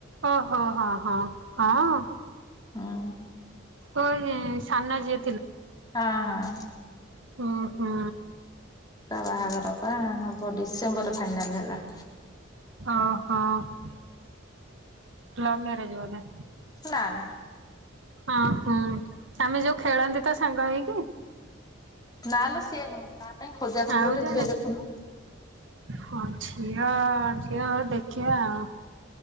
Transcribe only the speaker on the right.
ଓହୋ ହଁ ହଁ ହଁ
ଓ ଏଇ ସାନ ଯିଏ
ଓ ହୁଁ।
ହଁ ହିଁ। ଲଭ୍ ମେରେଜ ବୋଧେ?
ହଁ ଉଁ ଆମେ ଯୋଉ ଖେଳନ୍ତି ତ ସାଙ୍ଗ ହେଇକି?
ଆଉ
ଜଣେ
ହଁ ଝିଅ ଝିଅ ଦେଖିବା ଆଉ